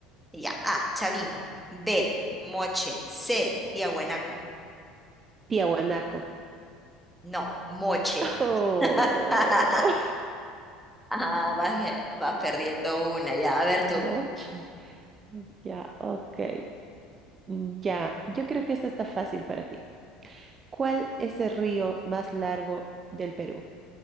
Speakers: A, in the centre; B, on the right.
A: Y ya. A, Chavín. B, Moche. C, Tiahuanaco.
B: Tiahuanaco.
A: No, Moche.
B: Oh,
A: <laughs> Ah, vas, eh, vas perdiendo una, ya. A
B: <laughs>
A: ver tú.
B: Moche. Ya, ok. Mm, Ya, yo creo que esta está fácil para ti. ¿Cuál es el río más largo del Perú?